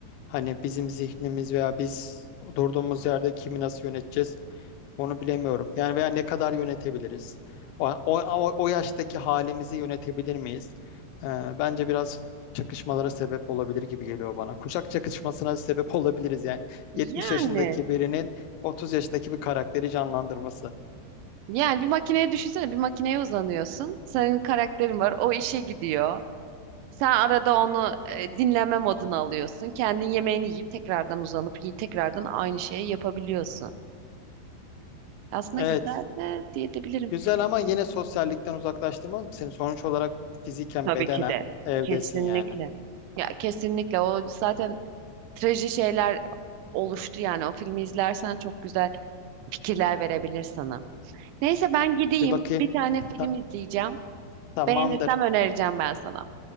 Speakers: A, on the left; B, on the right.
A: Hani bizim zihnimiz veya biz durduğumuz yerde kimi nasıl yöneteceğiz? Onu bilemiyorum. Yani veya ne kadar yönetebiliriz? O, o, o o yaştaki halimizi yönetebilir miyiz? Ee, bence biraz çakışmalara sebep olabilir gibi geliyor bana. Kuşak çakışmasına sebep olabiliriz yani.
B: Yani.
A: 70 yaşındaki birinin 30 yaşındaki bir karakteri canlandırması.
B: Yani bir makineye düşünsene bir makineye uzanıyorsun. Senin karakterin var o işe gidiyor. Sen arada onu e, dinleme moduna alıyorsun. Kendin yemeğini yiyip tekrardan uzanıp y- tekrardan aynı şeyi yapabiliyorsun. Aslında
A: Evet,
B: güzel de diyebilirim.
A: güzel ama yine sosyallikten uzaklaştırmaz mı seni? Sonuç olarak fiziken,
B: Tabii
A: bedenen
B: ki de.
A: evdesin
B: Kesinlikle.
A: yani.
B: Ya kesinlikle o zaten traji şeyler oluştu yani o filmi izlersen çok güzel fikirler verebilir sana. Neyse ben gideyim
A: Bir bakayım.
B: bir tane film
A: Ta-
B: izleyeceğim.
A: tamamdır.
B: Beğenirsem önereceğim ben sana.